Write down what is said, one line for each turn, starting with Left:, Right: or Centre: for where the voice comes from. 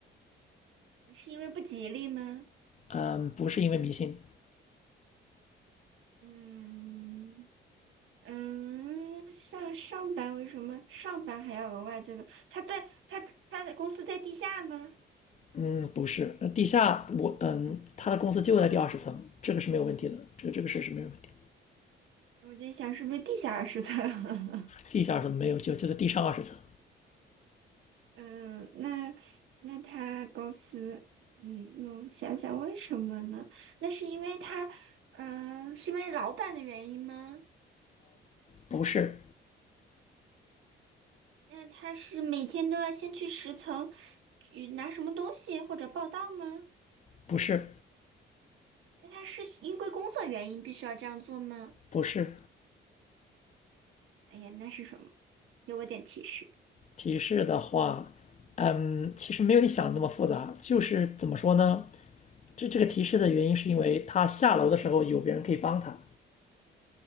Right: 是因为不吉利吗？
Left: 嗯，不是因为迷信，
Right: 嗯嗯，像上班为什么上班还要额外再走？他在他他的公司在地下吗？
Left: 嗯，不是，那地下我嗯，他的公司就在第二十层，这个是没有问题的，这个这个事是没有问题。
Right: 我在想是不是地下二十层？<laughs>
Left: 地下是没有，就就在地上二十层，
Right: 嗯，那那他公司，嗯，那我想想为什么呢？那是因为他，嗯、是因为老板的原因吗？
Left: 不是，
Right: 那他是每天都要先去十层，去拿什么东西或者报到吗？
Left: 不是，
Right: 那他是因为工作原因必须要这样做吗？
Left: 不是。
Right: 哎呀，那是什么？给我点提示。
Left: 提示的话，嗯，其实没有你想的那么复杂，就是怎么说呢？这这个提示的原因是因为他下楼的时候有别人可以帮他，